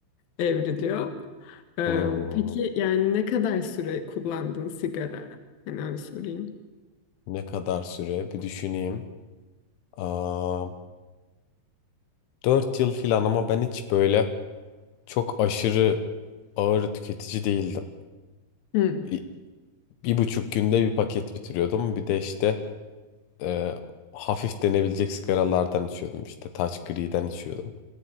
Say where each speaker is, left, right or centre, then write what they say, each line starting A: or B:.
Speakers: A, on the left; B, on the left.
A: evriliyor. Ee,
B: Hmm.
A: peki yani ne kadar süre kullandın sigara? Hani öyle sorayım.
B: Ne kadar süre? Bir düşüneyim. Aa, 4 yıl filan ama ben hiç böyle çok aşırı ağır tüketici değildim.
A: Hı
B: Bir, bir buçuk günde bir paket bitiriyordum. Bir de işte e, hafif denebilecek sigaralardan içiyordum. İşte Taç Gri'den içiyordum.